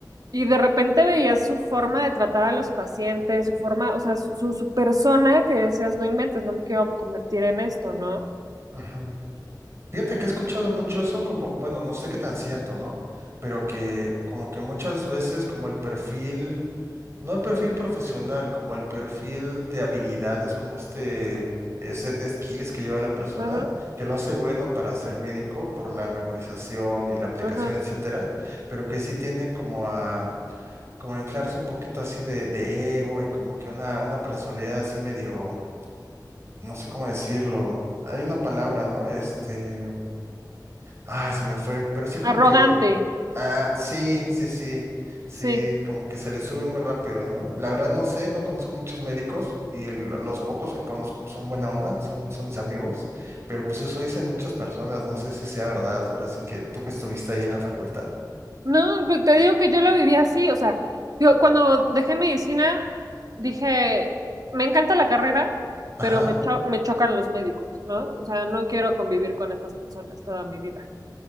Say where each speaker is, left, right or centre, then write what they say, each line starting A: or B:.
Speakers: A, on the right; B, on the right.
A: y de repente veías su forma de tratar a los pacientes, su forma, o sea, su, su- su persona que decías, no inventes, no me quiero convertir en esto, ¿no?
B: Ujú. Fíjate que he escuchado mucho eso como, bueno, no sé qué tan cierto, ¿no? Pero que como que muchas veces como el perfil, no el perfil profesional, como el perfil de habilidades, como este eh, set de skills que lleva la persona,
A: Ujú,
B: que lo hace bueno para ser médico por la memorización y la aplicación,
A: ujú.
B: etcétera, pero que sí tienden como a, como a inflarse un poquito así de, de ego y como que una, una personalidad así medio no sé cómo decirlo. Hay una palabra, ¿no? Este, ah, se me fue, pero sí como
A: Arrogante,
B: que, ah, sí, sí, sí, sí,
A: sí.
B: como que se le sube muy rápido, ¿no? La verdad no sé, no conozco muchos médicos y el- los pocos que conozco pues, son buena onda, son, son mis amigos, pero pues eso dicen muchas personas, no sé si sea verdad, ahora sí que tú que estuviste ahí en la facultad.
A: No, pues, te digo que yo lo viví así, o sea, digo, cuando dejé medicina, dije, me encanta la carrera,
B: Ajá.
A: pero me, cho- me chocan los médicos, ¿no? O sea, no quiero convivir con estas personas toda mi vida.